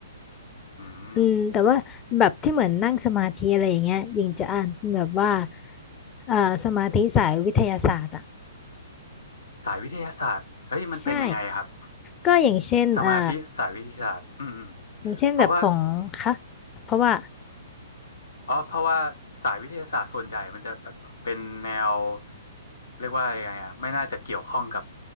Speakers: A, on the left (about 80°); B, on the left (about 20°).
A: อืม
B: อืมแต่ว่าแบบที่เหมือนนั่งสมาธิอะไรอย่างเงี้ยยิงจะอ่านแบบว่าเอ่อสมาธิสายวิทยาศาสตร์อ่ะ
A: สายวิทยาศาสตร์เฮ้ยมันเป็นยังไงครับ
B: ใช่ก็อย่างเช่นเอ่อ
A: สมาธิสายวิทยาศาสตร์อืมอืม
B: อย่างเช่นแบบของคะ
A: เพราะว่า
B: เพราะว่า
A: อ๋อเพราะว่าสายวิทยาศาสตร์ส่วนใหญ่มันจะแบบเป็นแนวเรียกว่ายังไงอะไม่น่าจะเกี่ยวข้องกับ